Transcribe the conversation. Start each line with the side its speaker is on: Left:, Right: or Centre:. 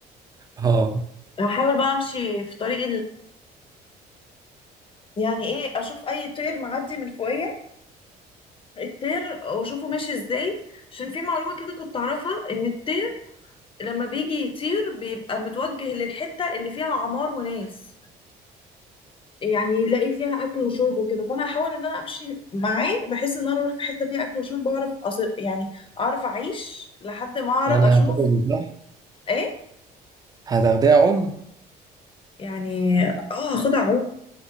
Right: <laughs> اه
Left: هحاول بقى امشي في طريق يعني ايه اشوف اي طير معدي من فوقيا الطير واشوفه ماشي ازاي عشان في معلومة كده كنت اعرفها ان الطير لما بيجي يطير بيبقى متوجه للحتة اللي فيها عمار وناس يعني يلاقي فيها اكل وشرب وكده فانا هحاول ان انا امشي معاه بحيث ان انا اروح في حتة فيها اكل وشرب اعرف أصل يعني اعرف اعيش لحد ما اعرف
Right: يعني
Left: اشوف
Right: هتاخدي صح
Left: ايه
Right: هتاخديها ام
Left: يعني اه هاخدها عوم